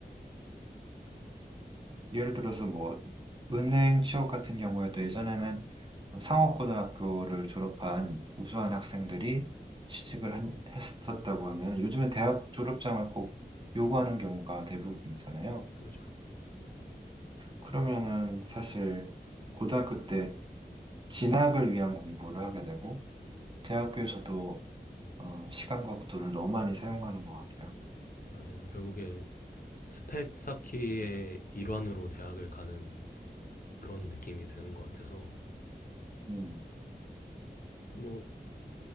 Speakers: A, on the right; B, on the left.
A: 예를 들어서 뭐 은행 취업 같은 경우에도 예전에는 상업고등학교를 졸업한 우수한 학생들이 취직을 한- 했었다고 하면 요즘은 대학 졸업장을 꼭 요구하는 경우가 대부분이잖아요.
B: 그죠
A: 그러면은 사실 고등학교 때 진학을 위한 공부를 하게 되고 대학교에서도 어, 시간과 그 돈을 너무 많이 사용하는 것 같아요.
B: 맞아요. 결국에 스펙 쌓기의 일환으로 대학을 가는 그런 느낌이 되는 것 같아서
A: 음,
B: 뭐